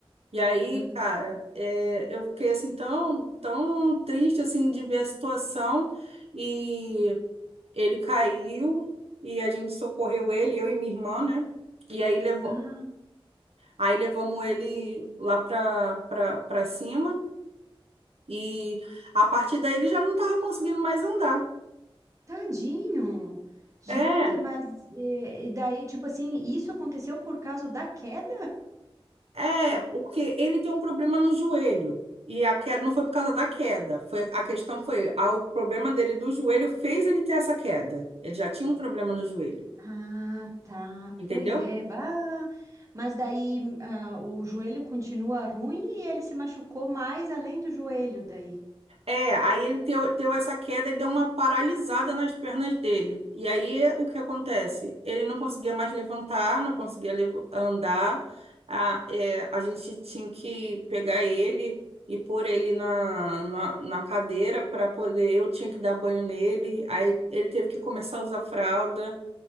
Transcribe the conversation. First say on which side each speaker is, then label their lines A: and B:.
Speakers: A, on the right (about 90°); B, on the right (about 30°).
A: E aí,
B: Ah,
A: cara, é, eu fiquei assim tão, tão triste assim de ver a situação. E ele caiu e a gente socorreu ele, eu e minha irmã, né? E aí levou.
B: ah,
A: Aí levamos ele lá pra, pra, pra cima. E a partir daí ele já não estava conseguindo mais andar.
B: tadinho. Gente,
A: É,
B: mas é, e daí, tipo assim, isso aconteceu por causa da queda?
A: é, porque ele tem um problema no joelho. E a queda não foi por causa da queda. Foi, a questão foi, a- o problema dele do joelho fez ele ter essa queda. Ele já tinha um problema no joelho,
B: Ah, tá.
A: entendeu?
B: Pois é. Bah. Mas daí ah, o joelho continua ruim e ele se machucou mais além do joelho daí.
A: É, aí ele teu, teu essa queda e deu uma paralisada nas pernas dele. E aí o que acontece? Ele não conseguia mais levantar, não conseguia lev- andar. A, é, a gente tinha que pegar ele e pôr ele na, na, na cadeira para poder. Eu tinha que dar banho nele. Aí ele teve que começar a usar fralda.